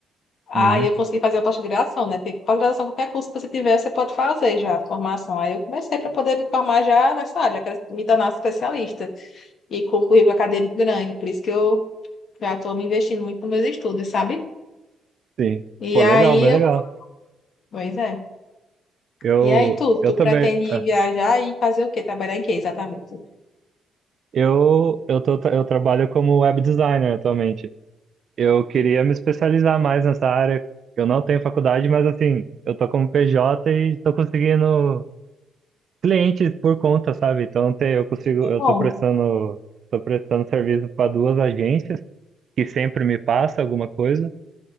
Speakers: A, on the left; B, on the right.
A: aí
B: Uhum.
A: eu consegui fazer a pós-graduação, né? Porque pós-graduação, qualquer curso que você tiver, você pode fazer já a formação. Aí eu comecei para poder me formar já nessa área, quero me tornar especialista e com um currículo acadêmico grande. Por isso que eu já estou me investindo muito nos meus estudos, sabe?
B: Sim.
A: E
B: Pô,
A: aí,
B: legal, bem
A: eu...
B: legal.
A: pois é.
B: Eu,
A: E aí, tu,
B: eu
A: tu
B: também,
A: pretende
B: é,
A: ir viajar e fazer o quê? Trabalhar em quê, exatamente?
B: eu, eu tô, tra- eu trabalho como web designer atualmente. Eu queria me especializar mais nessa área. Eu não tenho faculdade, mas assim, eu tô como PJ e tô conseguindo clientes por conta, sabe? Então tem, eu consigo,
A: É
B: eu
A: bom.
B: tô prestando, tô prestando serviço para duas agências que sempre me passa alguma coisa